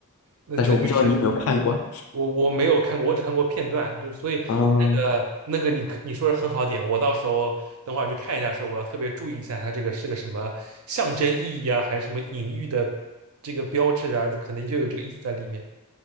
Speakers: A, on the right; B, on the left.
A: 那它就是。
B: 但是我不知道你有没有看过
A: 我我没有看过，我只看过片段，就是所以那个那个你可你说的很好点，
B: 啊？嗯
A: 我到时候等会儿去看一下，时候我要特别注意一下它这个是个什么象征意义啊，还是什么隐喻的这个标志啊，这可能就有这个意思在里面。